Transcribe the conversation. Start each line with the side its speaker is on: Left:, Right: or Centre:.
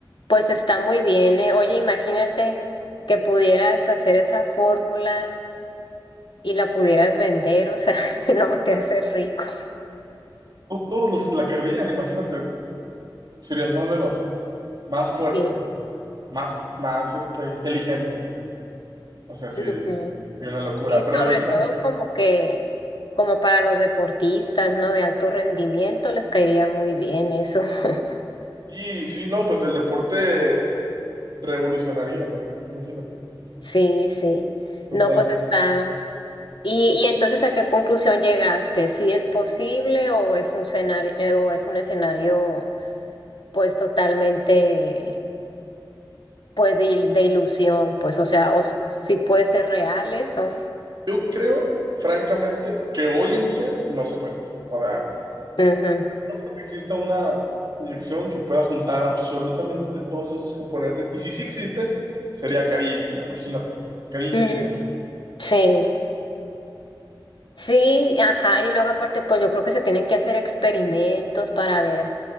Left: pues está muy bien, ¿eh? Oye, imagínate que pudieras hacer esa fórmula y la pudieras vender, o sea, <laughs> no, te haces rico.
Right: To- Todos los que la querrían, imagínate, serías más veloz, más fuerte,
Left: Sí.
Right: más, más este, inteligente. O sea, sí,
Left: ujú.
Right: sería una locura,
Left: Sí, sobre
Right: pero imagínate.
Left: todo como que, como para los deportistas, ¿no? De alto rendimiento les caería muy bien eso. <laughs>
Right: Y sí, no, pues el deporte revolucionaría, ¿no? Imagínate,
Left: Sí, sí.
Right: totalmente.
Left: No, pues está. Y, y entonces, ¿a qué conclusión llegaste? ¿Si es posible o es un escenario, o es un escenario pues totalmente pues de, il- de ilusión, pues, o sea, o si, si puede ser real eso?
Right: Yo creo, francamente, que hoy en día no se puede. O sea,
Left: Ujú.
Right: no creo que exista una inyección que pueda juntar absolutamente todos esos componentes. Y si sí existe, sería carísima, imagínate. Carísima.
Left: Mm, sí, sí, ajá, y luego aparte, pues yo creo que se tienen que hacer experimentos para ver